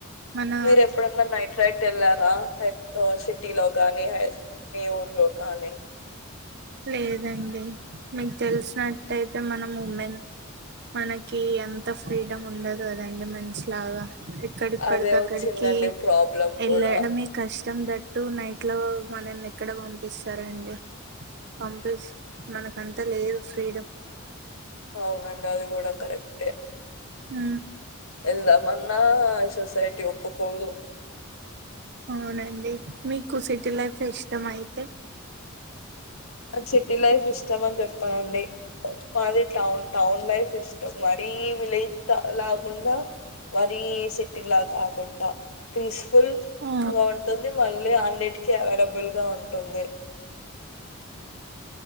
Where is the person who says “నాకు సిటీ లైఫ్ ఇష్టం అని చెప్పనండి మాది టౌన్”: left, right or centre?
Left